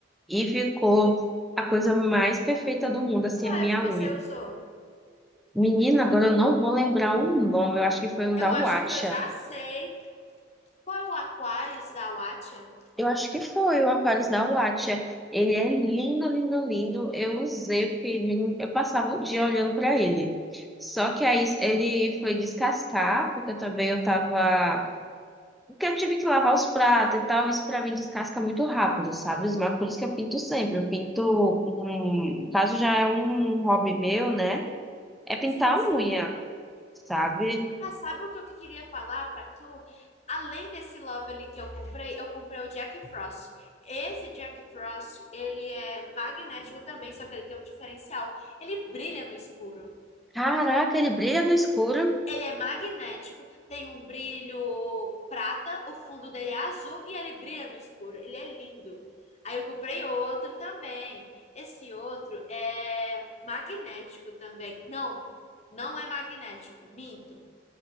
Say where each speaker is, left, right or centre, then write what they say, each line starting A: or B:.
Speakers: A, in the centre; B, on the left.
A: E ficou a coisa mais perfeita do mundo, assim,
B: Qual foi
A: a minha
B: o que você
A: unha.
B: usou?
A: Menina, agora eu não vou lembrar o nome, eu acho que foi um
B: Eu
A: da
B: acho
A: Watcha.
B: que eu já sei. Foi o Aquarius da Watcha?
A: Eu acho que foi o Aquários da Watcher. Ele é lindo, lindo, lindo. Eu usei, porque menino, eu passava o dia olhando para ele. Só que aí ele foi descascar, porque também eu tava. Porque eu tive que lavar os pratos e tal. Isso para mim descasca muito rápido, sabe? Os maquinários por isso que eu pinto sempre. Eu pinto. Hum, no caso já é um hobby meu, né? É pintar
B: Sim, sim.
A: a unha, sabe?
B: Ah, sabe o que eu que queria falar pra tu? Além desse Lovely que eu comprei, eu comprei o Jack Frost. Esse Jack Frost, ele é magnético também, só que ele tem um diferencial. Ele brilha no escuro.
A: Caraca, ele brilha no escuro.
B: Ele é magnético, tem um brilho prata, o fundo dele é azul e ele brilha no escuro. Ele é lindo. Aí eu comprei outro também. Esse outro é magnético também. Não, não é magnético, minto.